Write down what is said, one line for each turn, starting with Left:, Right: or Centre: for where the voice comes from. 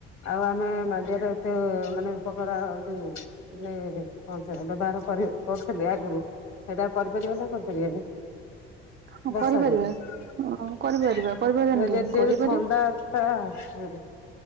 Left: ଆଉ ଆମେ ମାଣ୍ଡିଆରେ ଏତେ ମାନେ ଉପକାର ଯୋଉ ମାନେ କଣ ସେଟା ବ୍ୟବହାର କରି କରୁଥିଲେ ଆଗୁରୁ ସେଇଟା ଆଉ କରିପାରିବେ ନା କରିପାରିବେନି।
Right: ହଁ
Left: ବର୍ଷାଦିନେ
Right: କରିପାରିବା। ହଁ କରିପାରିବା କରିପାରିବାନି କାହିଁକି କରିପାରିବା
Left: <unintelligible> ଥଣ୍ଡା <unintelligible>